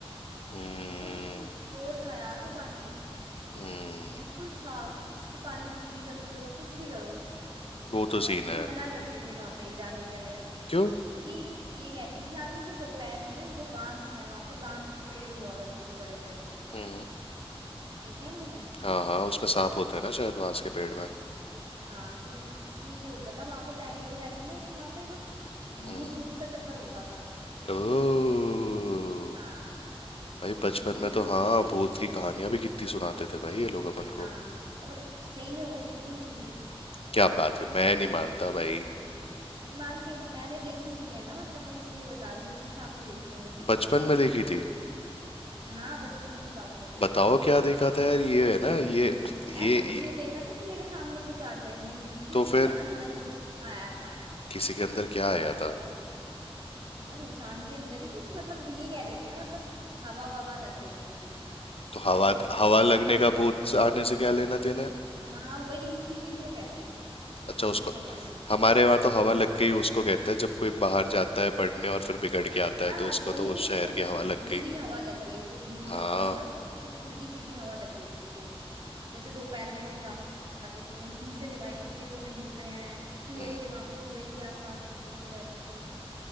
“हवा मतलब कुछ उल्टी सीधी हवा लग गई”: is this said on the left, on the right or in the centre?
Right